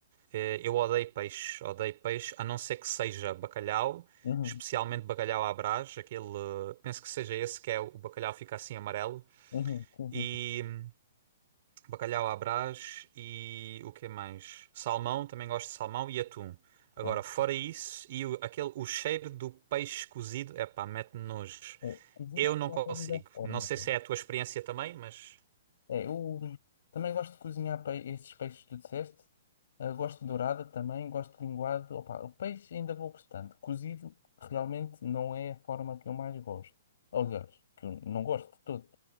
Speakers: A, on the right; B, on the left.
A: eh, Eu odeio peixe, odeio peixe, a não ser que seja bacalhau,
B: uhum,
A: especialmente bacalhau à Brás, aquele, eh, penso que seja esse que é o o bacalhau fica assim amarelo,
B: uhum, sim, sim,
A: e
B: sim.
A: hum, bacalhau à Brás e o que mais? Salmão, também gosto de salmão e atum.
B: Pronto.
A: Agora, fora isso, e o, aquele, o cheiro do peixe cozido, epá, mete-me nojo.
B: É, cozido
A: Eu não
B: é
A: consigo.
B: apenas da forma.
A: Não sei
B: né?
A: se é a tua experiência também, mas...
B: É, É, eu também gosto de cozinhar pe- esses peixes que tu disseste. Eh, gosto de dourada também, gosto de linguado. Opa, o peixe ainda vou gostando. Cozido realmente não é a forma que eu mais gosto. Aliás, que eu não gosto de todo.